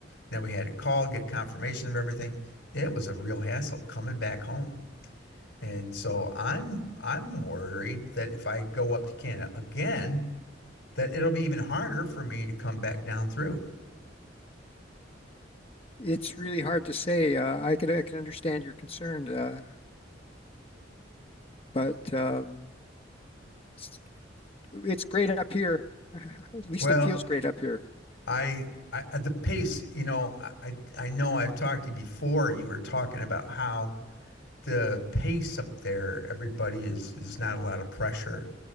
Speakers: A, on the left; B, on the left.
A: Then we had to call, get confirmation of everything. It was a real hassle coming back home. And so I'm I'm worried that if I go up to Canada again, that it'll be even harder for me to come back down through.
B: It's really hard to say. Uh, I can I can understand your concern, uh, but um, it's, it's great up here. <laughs> At least
A: Well,
B: it feels great up here.
A: I, I at the pace, you know, I I know I've talked to you before, and you were talking about how the pace up there, everybody is is not a lot of pressure,